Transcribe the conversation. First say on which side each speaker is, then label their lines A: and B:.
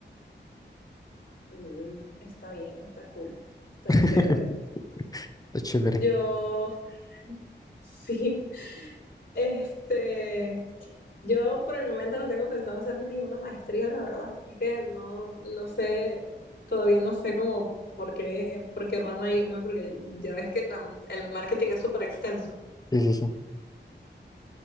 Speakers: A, on the left (about 50°); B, on the left (about 20°).
A: Mm, está bien, está cool, está
B: <laughs>
A: chévere.
B: Está chévere.
A: Yo, <laughs> sí, este, yo por el momento no tengo pensado hacer ninguna maestría, la verdad. Es que no, no sé, todavía no sé cómo, por qué, por qué rama irme, porque ya ves que la- el marketing es súper extenso.
B: Sí, sí, sí.